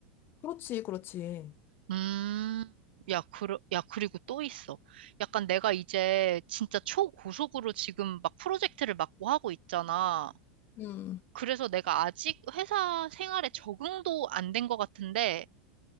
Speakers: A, on the left (about 40°); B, on the right (about 80°).
A: 그렇지, 그렇지.
B: 음, 야, 그, 야, 그리고 또 있어. 약간 내가 이제 진짜 초고속으로 지금 막 프로젝트를 맡고 하고 있잖아.
A: 음.
B: 그래서 내가 아직 회사 생활에 적응도 안 된 것 같은데,